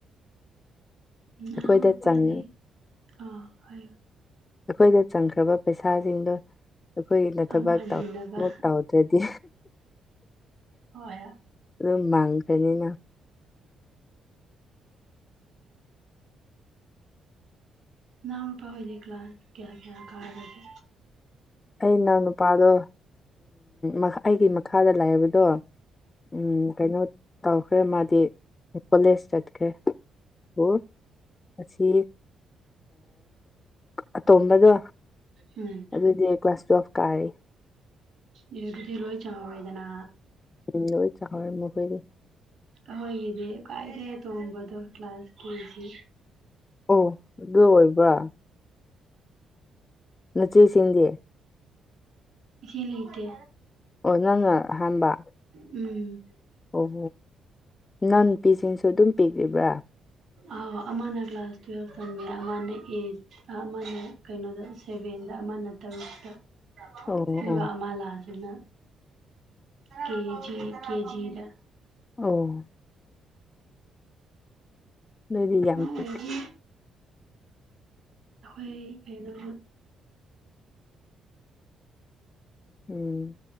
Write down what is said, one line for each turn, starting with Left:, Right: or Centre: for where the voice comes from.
Right: ꯅꯅꯥꯎ
Left: ꯑꯩꯈꯣꯏꯗ
Right: ꯃꯄꯥꯗꯤ
Left: ꯆꯪ
Right: ꯑ ꯍꯥꯏꯌꯣ
Left: ꯑꯩꯈꯣꯏꯗ ꯆꯪꯈ꯭ꯔꯕ ꯄꯩꯁꯥꯁꯤꯡꯗꯣ ꯑꯩꯈꯣꯏꯅ
Right: ꯑꯃꯨꯛ
Left: ꯊꯕꯥꯛ
Right: ꯍꯟꯖꯤꯟꯅꯕ
Left: ꯑꯃꯨꯛ ꯇꯥꯎꯗ꯭ꯔꯗꯤ
Right: ꯍꯣꯏ ꯍ
Left: ꯑꯗꯨꯝ ꯃꯥꯡꯈ꯭ꯔꯅꯤꯅ
Right: ꯅꯅꯨꯄꯥ ꯈꯣꯏꯗ ꯀꯂꯥꯁ ꯀꯌꯥ ꯀꯌꯥ ꯀꯔꯒꯦ
Left: ꯑꯩ ꯏꯅꯥꯎ ꯅꯨꯨꯄꯥꯗꯣ ꯎ ꯑꯩꯒꯤ ꯃꯈꯥꯗ ꯂꯩꯕꯗꯣ ꯎꯝ ꯀꯩꯅꯣ ꯇꯧꯈ꯭ꯔꯦ ꯃꯥꯗꯤ ꯀꯣꯂꯦꯖ ꯆꯠꯈ꯭ꯔꯦ ꯑꯣ ꯑꯁꯤ ꯑꯇꯣꯝꯕꯗꯣ
Right: ꯎꯝ
Left: ꯑꯗꯨꯗꯤ ꯀꯋꯥ ꯑꯣꯐ ꯀ ꯍꯥꯏ
Right: ꯑꯥ ꯑꯗꯨꯗꯤ ꯂꯣꯏ ꯆꯥꯎꯔꯦꯗꯅ
Left: ꯎꯝ ꯂꯣꯏ ꯆꯥꯎꯔꯦ ꯃꯈꯣꯏꯗꯤ
Right: ꯍꯣꯏꯒꯗ ꯀꯥꯏꯗꯒꯤ ꯑꯇꯣꯟꯕꯗꯣ ꯀꯂ꯭ꯥꯁ ꯀꯦꯖꯤ
Left: ꯑꯣ ꯑꯗꯨ ꯑꯣꯏꯕ꯭ꯔꯥ ꯅꯆꯦꯁꯤꯡꯗꯤ
Right: ꯏꯆꯦ ꯂꯩꯇꯦ
Left: ꯑꯣ ꯅꯪꯅ ꯑꯍꯥꯟꯕ
Right: ꯎꯝ
Left: ꯑꯣ ꯅꯪ ꯄꯤꯁꯤꯡꯁꯨ ꯑꯗꯨꯝ ꯄꯤꯛꯂꯤꯕ꯭ꯔꯥ
Right: ꯑ ꯑꯃꯅ ꯀ꯭ꯂꯥꯁ ꯇꯨꯋꯦꯜ ꯇꯥꯃꯤ ꯑꯃꯅ ꯑꯩꯠ ꯑꯃꯅ ꯀꯩꯅꯣꯗ ꯁꯦꯚꯦꯟꯗ ꯑꯃꯅ ꯇꯔꯇ
Left: ꯑꯣ
Right: ꯑꯗꯨꯒ
Left: ꯑꯣ
Right: ꯑꯃꯥꯂꯥꯁꯤꯅ ꯀꯦꯖꯤ ꯀꯦꯖꯤꯗ
Left: ꯑꯣ ꯅꯗꯤ ꯌꯥꯝꯝ
Right: ꯑꯉꯥꯡ
Left: ꯄꯤꯛ
Right: ꯑꯣꯏꯔꯗꯤ ꯑꯩꯈꯣꯏ ꯀꯩꯅꯣ
Left: ꯎꯝ